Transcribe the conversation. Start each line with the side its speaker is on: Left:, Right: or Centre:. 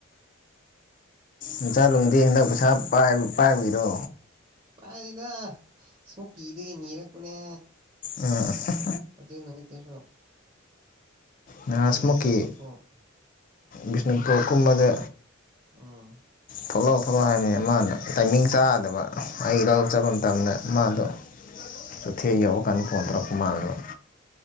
Left: ꯃꯆꯥꯂꯣꯝꯗꯤ ꯍꯟꯗꯛ ꯄꯩꯁꯥ ꯄꯥꯏꯕꯤꯔꯣ
Right: ꯄꯥꯏꯗ ꯁꯃꯛ ꯀꯗꯅꯤꯔꯄꯅꯦ
Left: ꯎꯝ <unintelligible>
Right: ꯑꯗꯨ ꯅꯁꯣ
Left: ꯅꯍꯥꯟꯁꯃꯨꯛꯀꯤ
Right: ꯑꯩꯅ ꯈꯔ ꯄꯨꯊꯣꯛꯎ
Left: ꯕꯤꯁꯅꯨꯄꯨꯔ ꯀꯨꯝꯕꯗ
Right: ꯎꯝ
Left: ꯊꯣꯛꯂꯛꯑꯣ ꯊꯣꯛꯂꯛꯑꯣ ꯍꯥꯏꯕꯅꯤ ꯃꯥꯅ ꯇꯥꯏꯃꯤꯡ ꯆꯥꯗꯕ ꯑꯩ ꯂꯧꯔꯣꯛꯆꯠꯕ ꯃꯇꯝꯗ ꯃꯥꯗꯣ ꯆꯣꯊꯦꯛ ꯌꯧꯔ ꯀꯥꯟꯗ ꯐꯣꯟ ꯇꯧꯔꯛꯄ ꯃꯥꯜꯂꯦꯕ